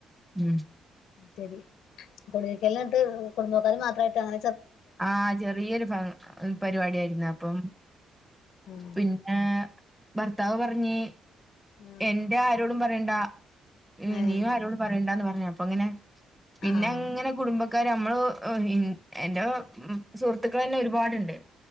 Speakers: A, in the centre; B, on the left.
A: ഉം
B: ശരി കുടിരിക്കലിനി ന്നട്ട് കുടുംബക്കാര് മാത്രായിട്ടാണോ
A: ആഹ് ചെറിയൊരു ഫ ഒരു പരിപാടി ആയിരുന്നേ അപ്പം
B: ഉം
A: പിന്നേ ഭർത്താവ് പറഞ്ഞ്
B: ആഹ്
A: എന്റെ ആരോടും പറയണ്ടാ ഉം
B: ഏഹ്
A: നീയും ആരോടും പറയണ്ടാന്ന് പറഞ്ഞ് അപ്പൊങ്ങനെ പിന്നെങ്ങനെ
B: ആഹ്
A: കുടുംബ ക്കാര് മ്മള് ഉം എന്റെ ഉം സുഹൃത്തുക്കളന്നെ ഒരുപാടുണ്ട്.